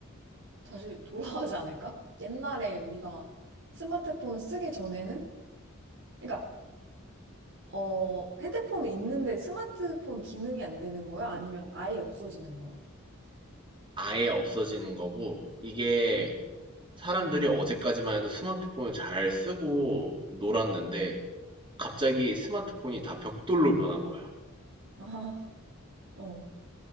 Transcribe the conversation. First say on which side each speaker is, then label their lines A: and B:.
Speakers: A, on the right; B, on the right.
A: 다시 <laughs> 돌아가지 않을까? 옛날에 우리가 스마트폰을 쓰기 전에는? 그러니까, 어, 핸드폰은 있는데 스마트폰 기능이 안 되는 거야? 아니면 아예 없어지는 거야?
B: 아예 없어지는 거고 이게
A: 응.
B: 사람들이 어제까지만 해도 스마트폰을 잘 쓰고 놀았는데 갑자기 스마트폰이 다 벽돌로 변한 거야.
A: <laughs> 아, 어.